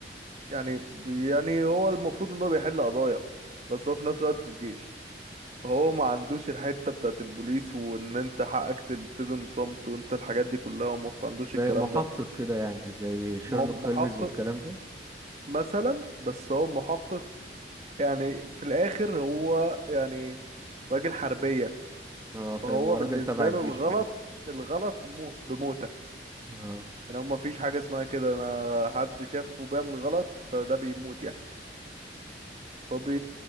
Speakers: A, on the right; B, on the right.
A: يعني يعني هو المفروض ان هو بيحل قضايا بس هو في نفس الوقت في الجيش فهو ما عندوش الحتة بتاعت البوليس وان انت حقك تلتزم صمت وانت الحاجات دي كلها هو ما عندوش
B: زي
A: الكلام
B: محقق
A: ده
B: كده يعني زي شيرلوك
A: ما هو محقق
B: هولمز والكلام ده
A: مثلا بس هو محقق يعني في الاخر هو يعني راجل حربية
B: اه فاهم
A: فهو
B: هو راجل
A: بالنسبة
B: تبع الجيش
A: له الغلط
B: في الاخر
A: الغلط مو بموتة
B: اه
A: يعني هو مفيش حاجة اسمها كده انا حد شافه بيعمل غلط فده بيموت يعني هو بي...